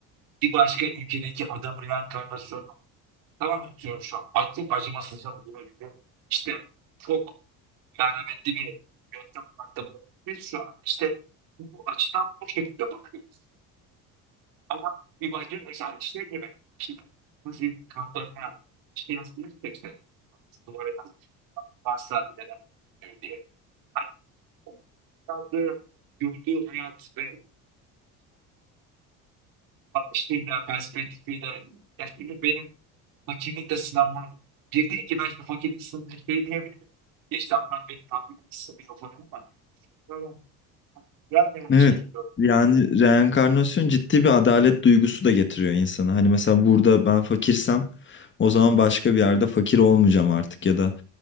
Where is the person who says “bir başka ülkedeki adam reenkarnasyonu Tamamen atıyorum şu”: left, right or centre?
Right